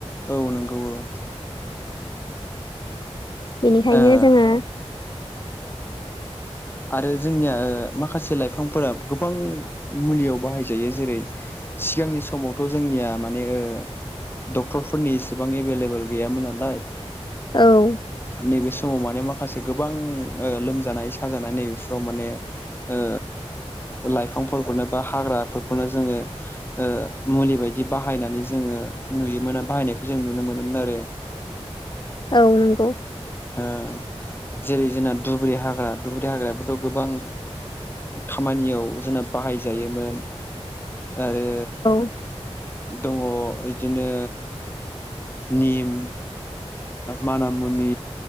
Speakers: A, on the left; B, on the left.
A: औ नंगौ औ।
B: बेनिखायनो
A: ओ
B: जोङो
A: आरो जोंनिया ओ माखासे लाइफांफोरा गोबां मुलियाव बाहायजायो जेरै सिगांनि समावथ' जोंनिया माने ओ डक्टरफोरनि इसेबां एभेलेबेल गैयामोन नालाय।
B: औ।
A: नैबे समाव माने माखासे गोबां ओ लोमजानाय साजानाय नैबेफोराव माने ओ लाइफांफोरखौनो बा हाग्राफोरखौनो जोङो ओ मुलि बायदि बाहायनानै जोङो नुयोमोन आरो बाहायनायखौ जों नुनो मोनोमोन आरो <inaudible>
B: औ नंगौ
A: औ जेरै जोंना धुब्रि हाग्रा धुब्रि हाग्रायाबोथ' गोबां खामानियाव जोंना बाहायजायोमोन आरो
B: औ
A: दङ बिदिनो निम मानामु नि